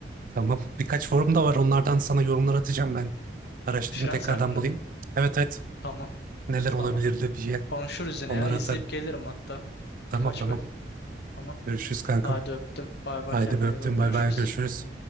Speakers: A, on the right (about 50°); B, on the left (about 65°).
A: Tamam. Birkaç forum da var. Onlardan sana yorumlar atacağım ben. Araştırayım
B: Friends
A: tekrardan
B: hakkında.
A: bulayım. Evet evet.
B: Tamam.
A: Neler
B: Tamam.
A: olabilirdi diye.
B: Konuşuruz yine
A: Onları
B: ya. İzleyip
A: atarım.
B: gelirim hatta.
A: Tamam
B: Birkaç
A: tamam.
B: bölüm. ama
A: Görüşürüz kankam.
B: Hadi öptüm. Bay bay
A: Haydi
B: kendine
A: öptüm.
B: iyi bak.
A: Bay
B: Görüşürüz.
A: bay. Görüşürüz.